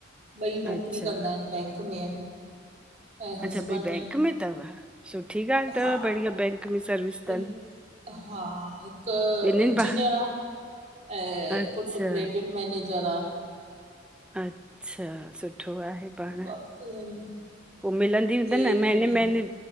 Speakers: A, on the right; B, in the centre.
A: ॿई नौकरी
B: अच्छा
A: कंदा आहिनि बैंक में आहिनि। ऐं हस्बैंड
B: अच्छा ॿई बैंक
A: आहिनि
B: में तव? सुठी ॻाल्हि तव
A: हा
B: बढ़िया बैंक में सर्विस
A: हिकु
B: अथनि।
A: हा हिकु
B: ॿिन्हिनि
A: इंजीनियर
B: भा
A: आ ऐं
B: अच्छा
A: पुट क्रेडिट मैनेजर आ।
B: अच्छा सुठ सुठो आहे पाण।
A: बाक़ी हे
B: पो मिलंदियूं हूंदन
A: हिन
B: न महिने
A: में
B: महिने